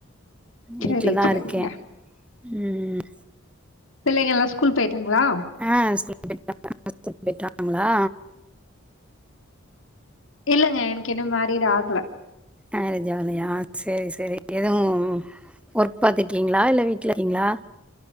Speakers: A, in the centre; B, on the left.
A: வீட்லதா
B: சரி, சரிங்க.
A: இருக்கே ம்
B: பிள்ளைங்கெல்லா ஸ்கூல் பேயிட்டாங்ளா
A: ஆ ஸ்கூல் <inaudible> ங்ளா
B: இல்லங்க எனக்கு இன்னு மேரிட் ஆகல
A: மேரேஜ் ஆகலையா சேரி சேரி எதுவு ஒர்க் பாத்துக்கீங்ளா இல்ல வீட்லருகீங்ளா